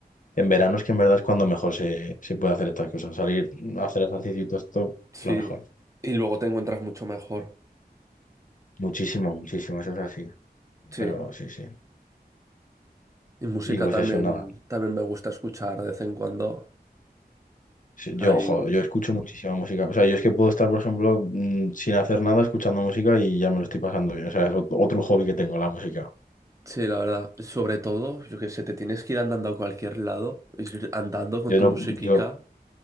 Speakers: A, on the left (about 50°); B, on the right (about 20°).
A: En verano es que en verdad es cuando mejor se, se puede hacer estas cosas. Salir a hacer ejercicio y todo esto,
B: Sí,
A: lo mejor.
B: y luego te encuentras mucho mejor.
A: Muchísimo, muchísimo, eso es así.
B: Sí,
A: Pero sí, sí.
B: y música
A: Y pues
B: también,
A: eso, nada.
B: también me gusta escuchar de vez en cuando.
A: Sí, Yo,
B: Ahí,
A: joder, yo escucho muchísima música. O sea, yo es que puedo estar, por ejemplo, mm, sin hacer nada escuchando música y ya me lo estoy pasando bien. O sea, es ot- otro hobby que tengo, la música.
B: sí, la verdad, sobre todo, yo que sé, te tienes que ir andando a cualquier lado, ir andando con
A: Yo
B: tu
A: no,
B: musiquica,
A: yo,